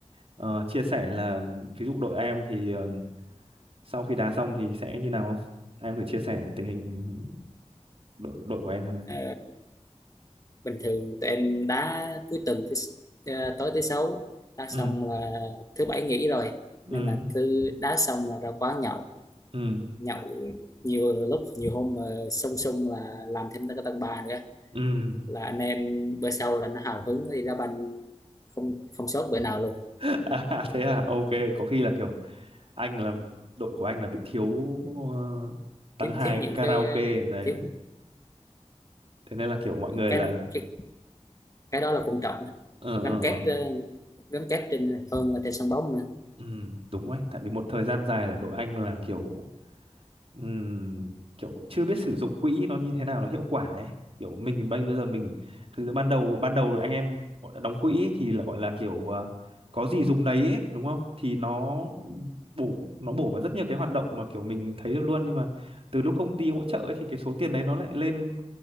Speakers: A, on the right; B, on the left.
A: ờ, chia sẻ là ví dụ đội em thì ờ, sau khi đá xong thì sẽ như nào không? Em thử chia sẻ tình hình đội đội của em xem này.
B: Ờ, bình thường tụi em đá cuối tuần thứ ờ, tối thứ sáu đá xong
A: Ừ,
B: là thứ bảy nghỉ rồi
A: ừ,
B: nên là cứ đá xong là ra quán nhậu
A: ừ,
B: nhậu nhiều lúc nhiều hôm mà sung sung là làm thêm cái tầng ba nữa
A: ừ.
B: là anh em bữa sau là nó hào hứng nó đi đá banh không không sót bữa nào luôn
A: <laughs> À, thế à, ok, có khi là kiểu anh là đội của anh là bị thiếu ờ, tăng
B: thiếu
A: hai
B: thiếu những
A: karaoke
B: cái
A: đấy.
B: thiếu
A: Thế nên là kiểu mọi
B: cái
A: người là
B: cái cái đó là quan trọng đó.
A: ờ
B: gắn
A: ờ
B: kết
A: ờ.
B: ờ, gắn kết trên hơn là trên sân bóng nữa
A: Ừ, đúng đấy, tại vì một thời gian dài là đội anh là kiểu Ừm, kiểu cũng chưa biết sử dụng quỹ nó như thế nào nó hiệu quả ấy kiểu mình bây bây giờ mình thực ra ban đầu ban đầu anh em gọi là đóng quỹ ấy, thì là gọi là kiểu à, có gì dùng đấy ấy, đúng không thì nó bổ nó bổ vào rất nhiều cái hoạt động mà kiểu mình thấy được luôn nhưng mà từ lúc công ty hỗ trợ ấy, thì cái số tiền đấy nó lại lên